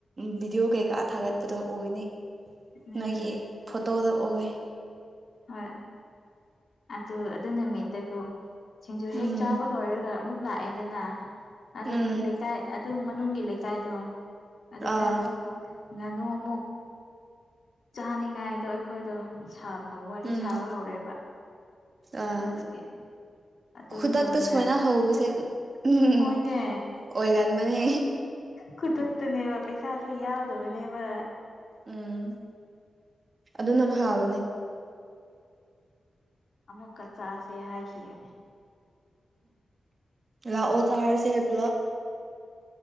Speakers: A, on the right (about 35°); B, on the left (about 60°).
A: ꯚꯤꯗꯤꯑꯣ ꯀꯩꯀꯥ ꯊꯥꯒꯠꯄꯗꯣ ꯑꯣꯏꯅꯤ
B: ꯎꯝ
A: ꯅꯣꯏꯒꯤ ꯐꯣꯇꯣꯗ ꯎꯋꯦ
B: ꯍꯣꯏ ꯑꯗꯨ ꯑꯗꯨ ꯅꯨꯃꯤꯠꯇꯀꯣ ꯁꯤꯡꯖꯨ ꯍꯦꯛ
A: ꯎꯝ
B: ꯆꯥꯕ ꯂꯣꯏꯔꯒ ꯑꯃꯨꯛ ꯂꯥꯛꯑꯦꯗꯅ ꯑꯗꯨꯒꯤ
A: ꯎꯝ
B: ꯂꯩꯀꯥꯏ ꯑꯗꯨ ꯃꯅꯨꯡꯒꯤ ꯂꯩꯀꯥꯏꯗꯣ ꯑꯗꯨꯗ
A: ꯑꯥ
B: ꯉꯥꯅꯨ ꯑꯃꯨꯛ ꯆꯥꯅꯤꯡꯉꯥꯏꯗꯣ ꯑꯩꯈꯣꯏꯗꯣ ꯁꯥ ꯑꯥ ꯋꯥꯔꯤ
A: ꯎꯝ
B: ꯁꯥꯕ ꯍꯧꯔꯦꯕ
A: ꯑꯥ
B: ꯑꯗꯨꯒꯤ ꯑꯗꯨ
A: ꯈꯨꯗꯛꯇ
B: ꯌꯨꯝꯗ
A: ꯁꯨꯃꯥꯏꯅ ꯍꯧꯕꯁꯦ ꯎꯝ
B: ꯍꯣꯏꯅꯦ
A: ꯑꯣꯏꯒꯥꯟꯕꯅꯦ
B: ꯈꯨꯗꯛꯇꯅꯦꯕ ꯄꯩꯁꯥꯁꯨ ꯌꯥꯎꯗꯕꯅꯦꯕ
A: ꯎꯝ ꯑꯗꯨꯅ ꯐꯥꯕꯅꯦ
B: ꯑꯃꯨꯛꯀ ꯆꯥꯁꯦ ꯍꯥꯏꯈꯤꯕꯅꯦ
A: ꯂꯥꯛꯑꯣ ꯆꯥꯔꯁꯦ ꯄꯨꯂꯞ